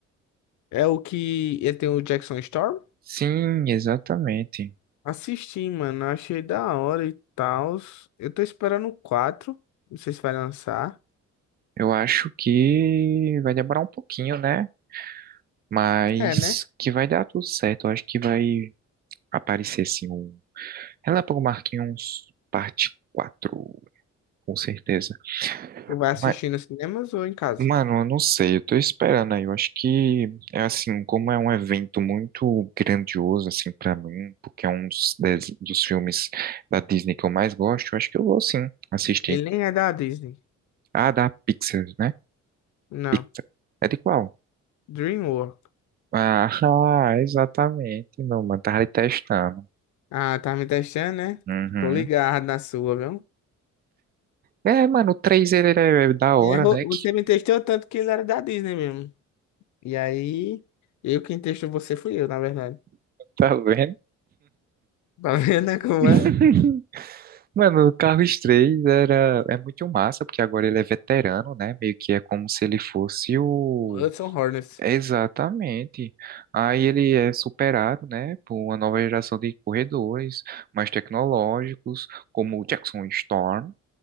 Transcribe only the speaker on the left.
É o que ele tem o Jackson Storm?
Assisti, mano. Achei da hora e tal. Eu tô esperando o quatro Não sei se vai lançar.
É, né?
Tu vai
assistir nos cinemas ou em casa?
Ele nem é da Disney.
Não.
Dreamwork.
Ah, tá me testando, né?
Tô ligado na sua, viu?
Errou.
Você
me testou tanto que ele era da Disney mesmo. E aí, eu quem testou você fui eu, na verdade. <laughs>
Tá vendo né, como
é?
O Hudson Hornets.